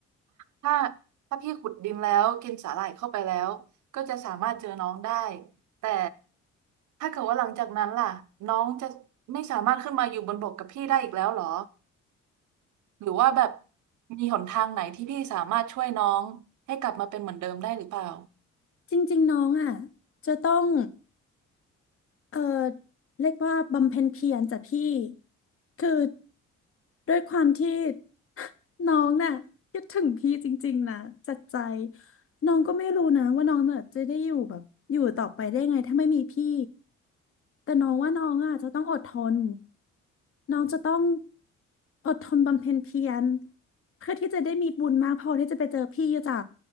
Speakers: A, on the right; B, on the left.
A: ถ้าถ้าพี่ขุดดินแล้วกินสาหร่ายเข้าไปแล้วก็จะสามารถเจอน้องได้แต่ถ้าเกิดว่าหลังจากนั้นล่ะน้องจะไม่สามารถขึ้นมาอยู่บนบกกับพี่ได้อีกแล้วเหรอหรือว่าแบบมีหนทางไหนที่พี่สามารถช่วยน้องให้กลับมาเป็นเหมือนเดิมได้หรือเปล่า
B: จริงๆน้องอ่ะจะต้องเออเรียกว่าบำเพ็ญเพียรจ้ะพี่คือด้วยความที่น้องน่ะคิดถึงพี่จริงๆนะจัดใจน้องก็ไม่รู้นะว่าน้องน่ะจะได้อยู่แบบอยู่ต่อไปได้ไงถ้าไม่มีพี่ แต่น้องว่าน้องอ่ะจะต้องอดทนน้องจะต้องอดทนบำเพ็ญเพียรเพื่อที่จะได้มีบุญมากพอที่จะไปเจอพี่อะจ้ะ